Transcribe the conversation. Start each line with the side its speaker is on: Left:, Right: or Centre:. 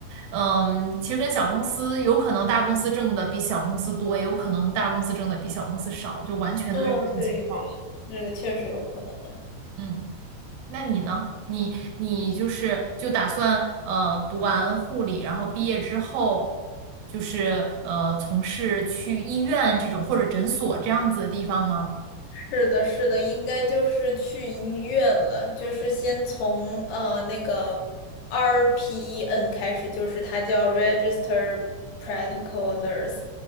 Right: 嗯，其实跟小公司有可能大公司挣的比小公司多，也有可能大公司挣的比小公司少，就完全都要看情况。
Left: 嗯，对对，这个确实有可能啊。
Right: 嗯。那你呢？你你就是就打算呃读完护理，然后毕业之后，就是呃从事去医院这种或者诊所这样子的地方吗？
Left: 是的，是的，应该就是去医院了，就是先从呃那个 RPN 开始，就是它叫 Register Practical Nurse，